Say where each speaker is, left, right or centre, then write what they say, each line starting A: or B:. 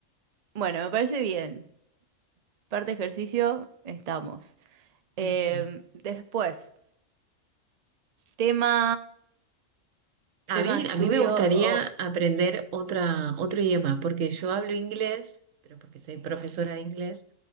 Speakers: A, on the right; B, on the right.
A: bueno, me parece bien. Parte ejercicio, estamos. Em,
B: Ujú.
A: después, tema,
B: A
A: tema
B: mí,
A: estudio
B: a mí me gustaría
A: o...
B: aprender otra, otro idioma, porque yo hablo inglés, pero porque soy profesora de inglés,